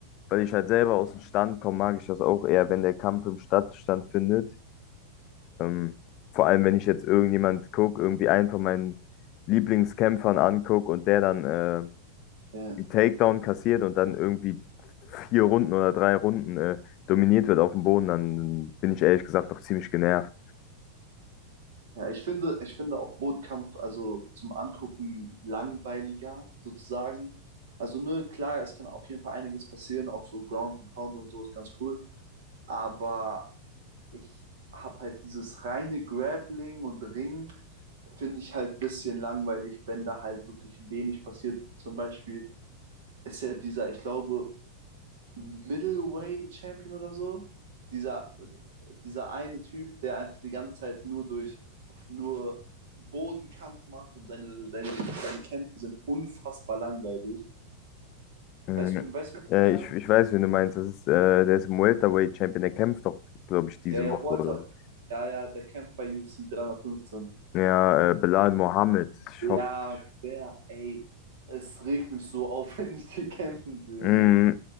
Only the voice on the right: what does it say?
Ja,
ja ich finde, ich finde auch Bodenkampf, also zum Angucken langweiliger sozusagen. Also, ne, klar, es kann auf jeden Fall einiges passieren, auch so Ground and Pound und so ist ganz cool. Aber ich habe halt dieses reine Grappling und Ring, finde ich halt ein bisschen langweilig, wenn da halt wirklich wenig passiert. Zum Beispiel ist ja dieser, ich glaube, Middleweight Champion oder so. Dieser, dieser eine Typ, der einfach die ganze Zeit nur durch nur Bodenkampf macht und seine, seine, seine Kämpfe sind unfassbar langweilig.
Weißt du, weißt du,
wer ich
Ja, ja,
Walter.
Ja, ja, der kämpft bei UFC 315.
Ja,
der, ey, es regt mich so auf, <laughs> wenn ich den kämpfen sehe,
ne?